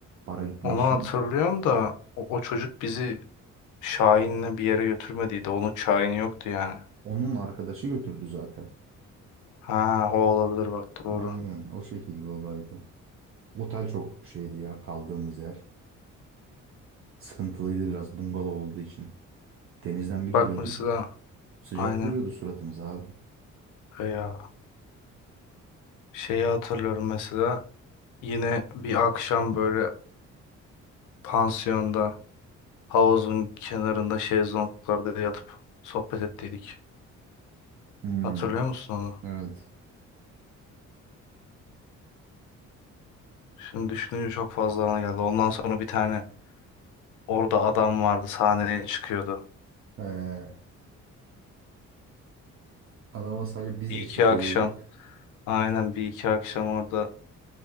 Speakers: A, on the right; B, on the left.
A: bara gitme
B: Onu
A: işini.
B: hatırlıyorum da o, o çocuk bizi Şahin'le bir yere götürmediydi. Onun Şahin'i yoktu yani.
A: Onun arkadaşı götürdü zaten.
B: Ha o olabilir bak doğru.
A: Aynen o şekil bir olaydı. Otel çok şeydi ya kaldığımız yer. Sıkıntılıydı biraz bungalov olduğu için. Denizden bir
B: Bak
A: geliyorduk.
B: mesela
A: Sıcak
B: aynen.
A: vuruyordu suratımıza abi.
B: E Ya şeyi hatırlıyorum mesela yine bir akşam böyle pansiyonda havuzun kenarında şezlonglarda yatıp sohbet ettiydik.
A: Hmm,
B: Hatırlıyor musun onu?
A: evet.
B: Şimdi düşününce çok fazla ana geldi. Ondan sonra bir tane orada adam vardı sahneye çıkıyordu.
A: Ee, adama sadece biz
B: Bir iki
A: eşlik
B: akşam
A: ediyorduk.
B: aynen bir iki akşam orada